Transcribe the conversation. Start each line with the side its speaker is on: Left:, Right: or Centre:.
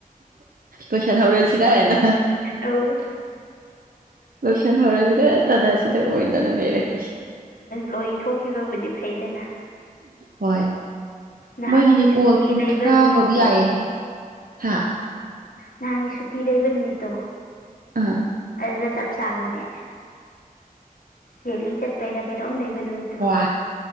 Right: ꯂꯣꯏꯁꯤꯟꯍꯧꯔꯁꯤꯔꯅ
Left: ꯑꯧ
Right: ꯂꯣꯏꯁꯤꯟꯍꯧꯔꯁꯤꯔ ꯇꯅ ꯁꯤꯗ ꯑꯣꯏꯗꯅ ꯂꯩꯔꯦ ꯑꯈꯣꯏꯁꯦ
Left: ꯂꯣꯏꯊꯣꯛꯈꯤꯕꯕꯨꯗꯤ ꯐꯩꯗꯅ
Right: ꯍꯣꯏ
Left: ꯅꯍꯥꯟꯒꯤ
Right: ꯃꯣꯏꯒꯤꯗꯤ
Left: ꯁꯨꯇꯤ
Right: ꯀꯣꯜ ꯀꯨꯊ꯭ꯔꯥ
Left: ꯂꯩꯕ ꯅꯨꯃꯤꯠꯇꯣ
Right: ꯕꯥꯎꯗꯤ ꯌꯥꯥꯏꯌꯦ ꯍꯥ
Left: ꯅꯍꯥꯟꯒꯤ ꯁꯨꯇꯤ ꯂꯩꯕ ꯅꯨꯃꯤꯠꯇꯣ
Right: ꯑꯥ
Left: ꯑꯗꯨꯗ ꯆꯞ ꯆꯥꯕꯅꯦ ꯔꯦꯂꯤ ꯆꯠꯄꯩꯔ ꯀꯩꯅꯣꯝ ꯂꯩ ꯅꯨꯃꯤꯠꯇꯣ
Right: ꯍꯣꯏ